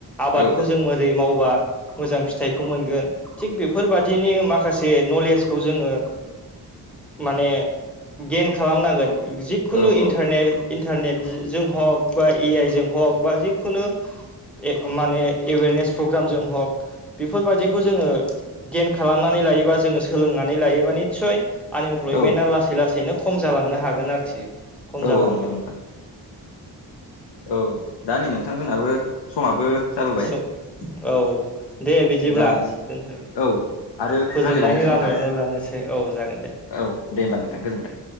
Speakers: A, in the centre; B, on the left.
A: आबादखौ
B: औ
A: जों मोरै मावबा मोजां फिथाइखौ मोनगोन थिग बेफोरबादिनो माख खासे नलेजखौ जोङो माने गेन खालामनांगोन। जिखुनु
B: औ
A: इन्टारनेट-इन्टारनेट जों हक बा ए आइ जों हक बा जिखुनु ए माने एवेरनेस प्रग्राम जों हक बेफोरबायाददिखौ जोङो गेन खालामनानै लायोबा जोङो सोलोंनानै लायोबा निसय आनइमप्लयमेन्टा
B: औ
A: लासै लासैनो खम जालांनो हागोन आरोखि। खम
B: औ-औ
A: जालांगोन
B: नंगौ नोंथां। औ दा नै नोंथां जोंनाबो समाबो जाबोबाय
A: स औ दे बिदिब्ला
B: दा
A: दोनथ'
B: औ आरो
A: फोजोबनायनि
B: रायलायबावनोसै नोंथां
A: लामायावनो लानोसै औ जागोन दे।
B: औ दे होमबा नोंथां गोजोन्थों।